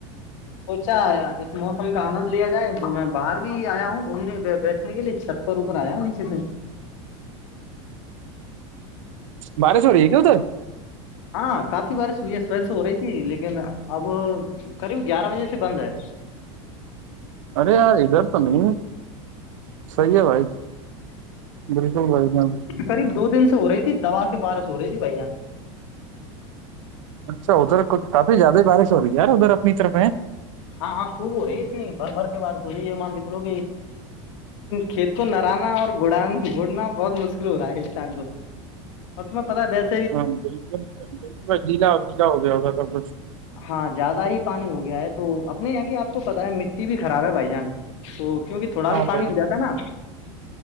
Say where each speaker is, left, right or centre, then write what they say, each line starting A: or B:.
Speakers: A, on the left; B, on the right.
A: سوچا ہے اس موسم کا آنند لیا جائے تو میں باہر بھی آیا ہوں گھومنے بیٹھنے کے لیے چھت ور آیا نیچے سے
B: بارشو رہی گ ہو تر
A: ہاں کافی بارش یہ سوچھ ہو رہی تھی لیکن اب قریب گیارہ بجے سے بند ہے
B: ارے، رتانی صحیح ہے بھائی بالکل بھائی ج
A: قریب دو دن سے ہو رہی تھی دوا کے بار سے ہو رہی تھی بھائی جان
B: اچھا ادھر کچھ کافی زیادہ بارش ہو رہی ہےیار ادھر اپنی طرف ہے
A: ہاں ہاں خوب ہو رہی ہے اتنی بھر بھر کے بار سے ہو رہی ہے یہ مان کے چلو گے کھیت کو نرانا اور گڑ گڑنا بہت مشکل ہو رہا ہے اس ٹائم تو اور تمیں پتاس <unintelligible>
B: ہاں بالکل میں بالکل میں گلا گیلا ہو گیا ہوگ کاب
A: ہاں زیادہ ہی پانی ہو گیا ہے تو اپنے یہاں کی آپ کو پتا ہے مٹی بھی خراب ہے بھائی جان تو کیونکہ تھوڑا
B: ہاں
A: بھی پانی
B: بھائی
A: ہول جاتا ہے نا